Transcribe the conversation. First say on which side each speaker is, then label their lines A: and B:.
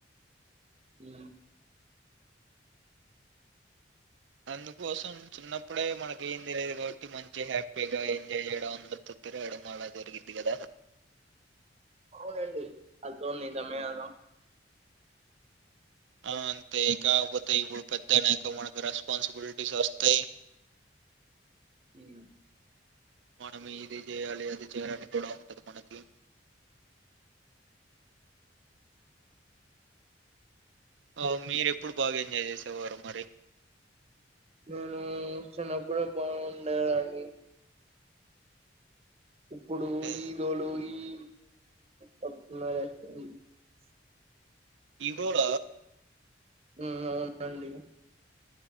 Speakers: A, on the right (about 35°); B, on the right (about 75°).
A: అ
B: అందుకోసం చిన్నప్పుడే మనకి ఏం తెలిదు కాబట్టి మంచిగా హ్యాపీగా ఎంజాయ్ చేయడం అందరితో తిరగడం అలా జరిగిది కదా
A: అవునండి అద నిజమే కదా
B: ఆ అంతే కాకపోతే ఇప్పుడు పెద్దనేక మనకి రెస్పాన్సిబిలిటీస్ వస్తాయి
A: హ
B: మనం ఇది చేయాలి అది చేయాలని కూడా ఉంటది మనకి ఓ మీరు ఎప్పుడు బాగా ఎంజాయ్ చేసేవారు మరి
A: నేను చిన్నప్పుడే బాగుండెది అండి ఇప్పుడు
B: అంటే
A: ఈగోలు ఈ <unintelligible>
B: ఇవోళ.
A: ఉమ్, అవునండి.